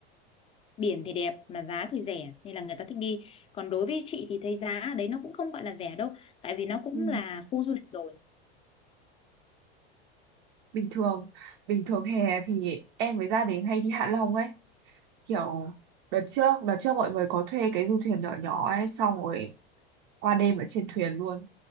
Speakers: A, on the left; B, on the right.
A: biển thì đẹp mà giá thì rẻ nên là người ta thích đi còn đối với chị thì thấy giá ở đấy nó cũng không gọi là rẻ đâu tại vì nó cũng
B: Ừ.
A: là khu du lịch rồi
B: bình thường bình thường hè thì em với gia đình hay đi Hạ Long ấy kiểu đợt trước đợt trước mọi người có thuê cái du thuyền nhỏ nhỏ ấy xong rồi qua đêm ở trên thuyền luôn